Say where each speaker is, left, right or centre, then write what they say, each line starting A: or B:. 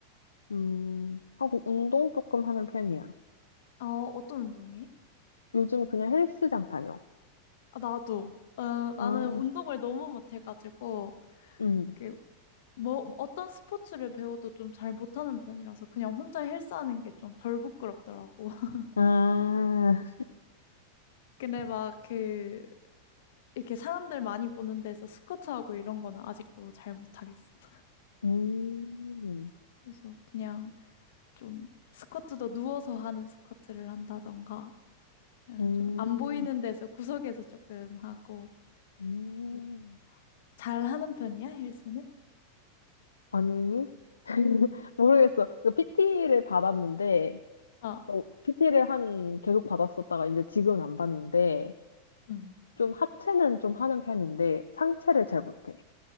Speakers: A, on the left; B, on the left.
A: 음, 하고 운동 조금 하는 편이야.
B: 어, 어떤 운동해?
A: 요즘 그냥 헬스장 다녀.
B: 아, 나도. 어, 나는
A: 아,
B: 운동을 너무 못해가지고,
A: 음.
B: 그, 뭐, 어떤 스포츠를 배워도 좀 잘 못하는 편이라서 그냥 혼자 헬스하는 게 좀 덜 부끄럽더라고. <laughs>
A: 아,
B: 근데 막 그, 이렇게 사람들 많이 보는 데서 스쿼트하고 이런 거는 아직도 잘 못하겠어. <laughs>
A: 음,
B: 그래서 그냥 좀 스쿼트도 누워서 하는 스쿼트를 한다던가, 그냥
A: 음,
B: 좀 안 보이는 데서 구석에서 조금 하고,
A: 음.
B: 음, 잘 하는 편이야, 헬스는?
A: 아니? <laughs> 모르겠어. 이 PT를 받았는데,
B: 아,
A: PT를 한, 계속 받았었다가 이제 지금은 안 받는데,
B: 응.
A: 좀 하체는 좀 하는 편인데 상체를 잘 못해.